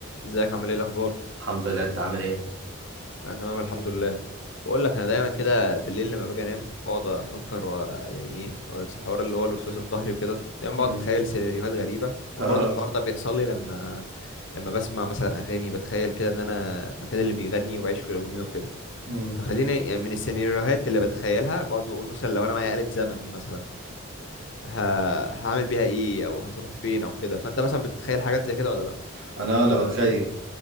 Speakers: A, on the left (about 60°); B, on the right (about 60°).
A: ازيك عامل ايه الاخبار
B: الحمد لله انت عامل ايه
A: انا تمام الحمد لله بقول لك انا دايما كده بالليل لما باجي انام بقعد افكر ويعني ايه او الحوار اللي هو الوسواس القهري وكده دايما بقعد
B: امم
A: اتخيل سيناريوهات غريبه وبرضه
B: اه
A: الحوار ده بيحصل لي لما لما بسمع مثلا اغاني بتخيل كده ان انا مكان اللي بيغني وبعيش في الاغنيه وكده
B: امم
A: فخليني يعني من السيناريوهات اللي بتخيلها بقعد بقول مثلا لو انا معايا آلة زمن مثلا ه... هعمل بيها ايه او هتروح فين او كده فانت مثلا بتتخيل حاجات زي كده ولا لا
B: <laughs> انا انا
A: ولا
B: بتخيل